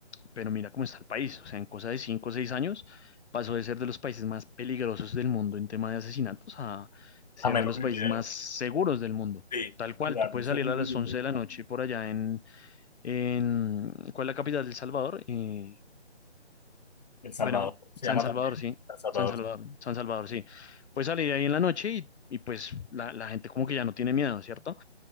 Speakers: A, on the left; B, on the left.
A: pero mira cómo está el país, o sea, en cosa de cinco o seis años pasó de ser de los países más peligrosos del mundo en tema de asesinatos a ser
B: A menos
A: de los
B: que...
A: países
B: video.
A: más seguros del mundo.
B: Sí,
A: Tal cual,
B: mira,
A: tú puedes
B: ese
A: salir
B: es un
A: a
B: video
A: las 11
B: ¿no?
A: de la noche por allá en, en ¿cuál es la capital de El Salvador? Eh,
B: El Salvador
A: bueno,
B: se
A: San
B: llama
A: Salvador,
B: también.
A: sí,
B: El Salvador
A: San Salvador, San Salvador, sí. Puedes salir ahí en la noche y, y pues la, la gente como que ya no tiene miedo, ¿cierto?